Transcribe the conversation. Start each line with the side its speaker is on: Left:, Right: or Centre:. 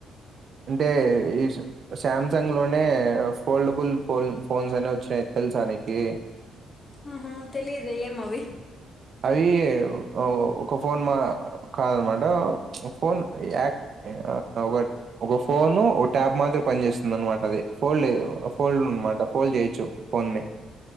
Right: అంటే ఈ సు శామ్సంగ్ లోనే ఫోల్డబుల్ ఫోన్ ఫోన్స్ అనే వచయి తెల్సా నికీ
Left: ఆహ తెలిదు ఏం అవి
Right: అవి ఒ ఒక ఫోన్ మా కాదనమాట ఫోన్ యాక్ ఆ ఒక ఒక ఫోను ఒక ట్యాబ్ మాదిరి పని చేస్తుందనమాట అది ఫోల్డ్ ఫోల్డ్ అన్నమాట ఫోల్డ్ చేయొచ్చు ఫోన్నీ